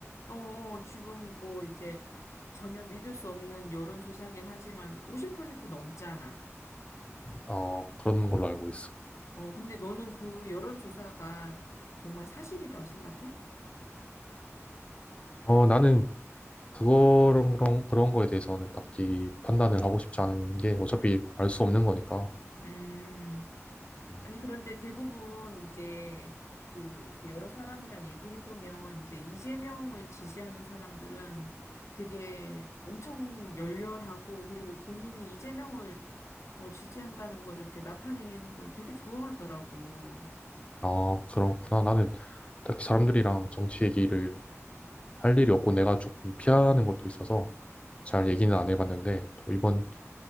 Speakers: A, on the left; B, on the left.
A: 어, 어, 지금 뭐 이제 전혀 믿을 수 없는 여론조사긴 하지만 50% 넘잖아.
B: 어, 그런 걸로 알고 있어.
A: 어, 근데 너는 그 여론조사가 정말 사실이라고 생각해?
B: 어, 나는 그거랑 그런, 그런 거에 대해서는 딱히 판단을 하고 싶지 않은 게 어차피 알 수 없는 거니까.
A: 음,
B: 음.
A: 아니, 그런데 대부분 이제 그 이렇게 여러 사람이랑 얘기해보면 이제 이재명을 지지하는 사람들은 되게 엄청 열렬하고 그리고 본인이 이재명을 어, 지지한다는 거를 이렇게 나타내는 걸 되게 좋아하더라고.
B: 아, 그렇구나. 나는 딱히 사람들이랑 정치 얘기를 할 일이 없고 내가 조금 피하는 것도 있어서 잘 얘기는 안 해봤는데 또 이번